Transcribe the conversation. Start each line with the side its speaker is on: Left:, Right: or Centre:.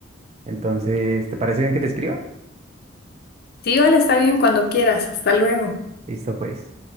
Right: Entonces, ¿te parece bien que te escriba?
Left: Sí, vale, está bien cuando quieras. Hasta luego.
Right: Listo, pues.